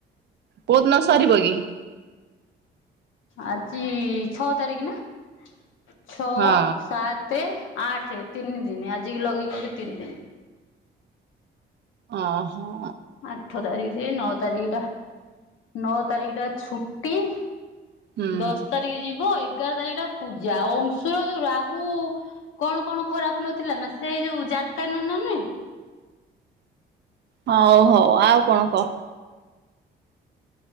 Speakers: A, on the right; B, on the left.
A: ବହୁତ କସ ସରିବ କିି?
B: ଆଜି ଛଅ ତାରିଖ ନା? ଛଅ
A: ହଁ
B: ସାତ ଆଠ ତିନି ଦିନ ଆଜିିକି ଲଗେଇକି ବଧେ ତିନି ଦିନ।
A: ଓହୋ।
B: ଆଠ ତାରିଖ। ସେ ନଅ ତାରିଖ ଟା ନଅ ତାରିଖ ଟା ଛୁଟି ।
A: ହୁଁ।
B: ଦଶ ତାରିଖ ଯିବ। ଏ ଏଗାର ତାରିଖ ଟା ପୂଜା ଆଉ ଅଂଶୁର ଯୋଉ ରାହୁ କଣ କଣ ଖରାପ ନଥିଲା ନା ସେ ଯୋଉ ଜାରକା ନନା ନେ
A: ହଉ ହଉ ଆଉ କଣ କହ।